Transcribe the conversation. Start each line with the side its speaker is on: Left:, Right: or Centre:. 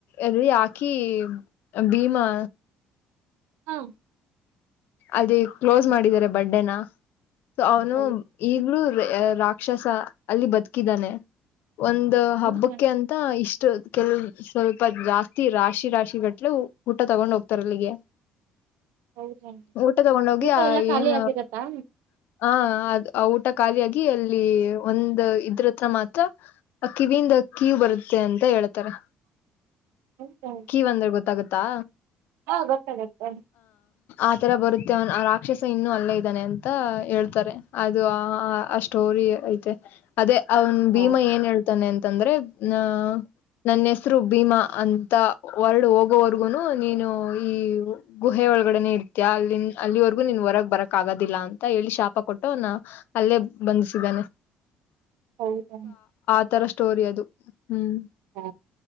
Left: ಅಲ್ಲಿ ಹಾಕಿ ಭೀಮಾ..
Right: ಹ್ಮ
Left: ಅದೇ ಕ್ಲೋಸ್ ಮಾಡಿದಿದ್ದಾರೆ ಬಂಡೆ ನಾ ಸೋ ಅವನು
Right: ಹೌದು
Left: ಈಗ್ಲೂ ರಾಕ್ಷಸ ಅಲ್ಲಿ ಬದುಕಿದ್ದಾನೆ. ಒಂದ ಹಬ್ಬಕ್ಕೆ
Right: ಹೌದಾ
Left: ಅಂತ ಇಷ್ಟ.. ಕೆಲ್ ಸ್ವಲ್ಪ ಜಾಸ್ತಿ ರಾಶಿ ರಾಶಿ ಗಟ್ಲೆ ಊಟ ತಗೊಂಡ್ ಹೋಗ್ತಾರಲ್ಲಿಗೆ.
Right: ಹೌದಾ
Left: ಊಟ ತಗೊಂಡ ಹೋಗಿ
Right: ಊಟ
Left: ಆ
Right: ಎಲ್ಲ ಖಾಲಿ
Left: ಏನ್
Right: ಆಗಿರತ್ತಾ
Left: ಹ ಅದ ಆ ಊಟ ಖಾಲಿಯಾಗಿ ಅಲ್ಲಿ ಒಂದ ಇದ್ರತ್ರ ಮಾತ್ರ ಕಿವಿಯಿಂದ ಕಿವ ಬರುತ್ತೆ ಅಂತ ಹೇಳ್ತಾರೆ.
Right: ಹೌದಾ
Left: ಕೀವ್ ಅಂದ್ರೆ ಗೊತ್ತಾಗುತ್ತೆ. ತ್ತಾ..
Right: ಹಾ ಗೊತ್ತಾಗತ್ತೇ
Left: ಆತರ ಬರುತ್ತೆ ಅವನ್ ಆ ರಾಕ್ಷಸ ಇನ್ನೂ ಅಲ್ಲೇ ಇದ್ದಾನೆ ಅಂತ ಹೇಳ್ತಾರೆ ಅದು ಆ.... ಸ್ಟೋರಿ ಐತೆ ಅದೇ. ಅವ್ನ್
Right: ಹಾ
Left: ಭೀಮಾ ಏನ್ ಹೇಳ್ತಾನೆ ಅಂತ?? ಅಂತ ಅಂದ್ರೆ ನ ನನ್ನ ಹೆಸರು ಭೀಮಾ ಅಂತ ವರ್ಡ್ ಹೋಗೋವರ್ಗುನು ನೀನು ಈ ಗುಹೆ ಒಳಗಡೆನೆ ಇರ್ತಿ.. ಅಲ್ಲಿನ್ ಅಲ್ಲಿವರೆಗೂ ನಿನ್ ಹೊರಗೆ ಬರಕ್ ಆಗೋದಿಲ್ಲ ಅಂತ ಹೇಳಿ ಶಾಪ ಕೊಟ್ಟು ನ ಅಲ್ಲೇ ಬಂಧಿಸಿದಾನೆ.
Right: ಹೌದಾ
Left: ಈ ತರ ಸ್ಟೋರಿ ಅದು. ಹ್ಮ್
Right: ಹಾ